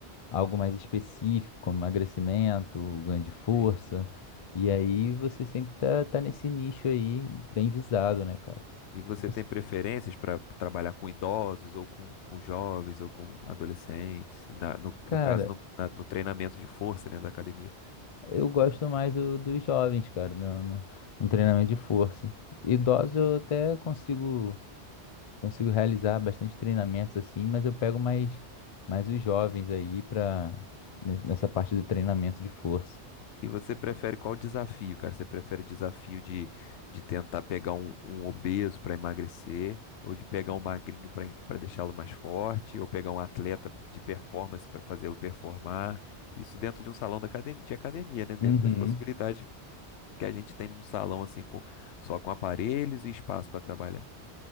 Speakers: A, on the left (about 50°); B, on the left (about 80°).
A: algo mais específico, como emagrecimento, ganho de força.
B: Entendi.
A: E aí você sempre tá, tá nesse nicho aí bem visado, né, cara?
B: E você
A: Você-
B: tem preferências para trabalhar com idosos, ou com, com jovens, ou com adolescentes, na- no,
A: Cara,
B: no caso, no, na- no treinamento de força, né, da academia.
A: eu gosto mais do- dos jovens, cara, no, no, no treinamento de força. Idosos eu até consigo consigo realizar bastante treinamentos assim, mas eu pego mais, mais os jovens aí para nessa parte do treinamento de força.
B: E você prefere qual desafio, cara? Você prefere o desafio de, de tentar pegar um, um obeso para emagrecer, ou de pegar um magrinho para para deixá-lo mais forte, ou pegar um atleta de performance para fazê-lo performar? Isso dentro de um salão da academ- de academia, né? Dentro
A: Uhum.
B: das possibilidades que a gente tem num salão assim, com, só com aparelhos e espaço para trabalhar.